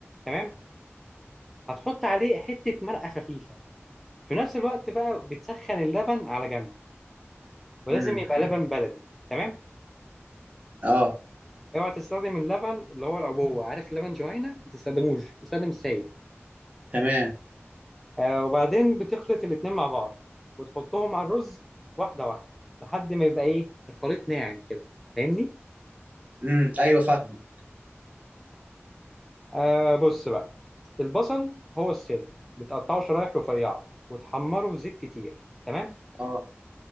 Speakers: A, in the centre; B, on the right (about 30°).
A: تمام؟ هتحط عليه حتة مرقة خفيفة في نفس الوقت بقى بتسخن اللبن على جنب ولازم
B: امم
A: يبقى لبن بلدي تمام؟
B: اه
A: اوعى تستخدم اللبن اللي هو العبوه عارف اللبن جهينه ما تستخدموش استخدم السائل
B: تمام
A: آه وبعدين بتخلط الاتنين مع بعض وتحطهم على الرز واحده واحده لحد ما يبقى ايه الخليط ناعم كده فاهمني
B: امم ايوه فاهم
A: آه بص بقى البصل هو السر بتقطعه شرايح رفيعه وتحمره في زيت كتير تمام
B: اه